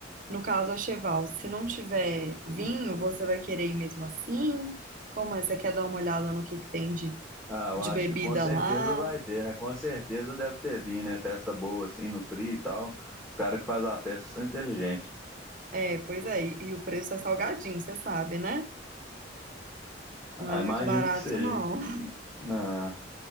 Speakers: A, on the right; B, in the centre.
A: no caso a Cheval, se não tiver vinho, você vai querer ir mesmo assim? Como é? Você quer dar uma olhada no que, que tem de,
B: Ah, eu
A: de
B: acho
A: bebida
B: que com certeza
A: lá?
B: vai ter, né? Com certeza deve ter vindo, né? Festa boa, assim, no frio e tal. Os caras que fazem a festa são inteligentes.
A: É, pois é, e, e o preço é salgadinho, você sabe, né?
B: Ah,
A: Não é muito
B: imagino
A: barato,
B: que seja.
A: não. <laughs>
B: Ah,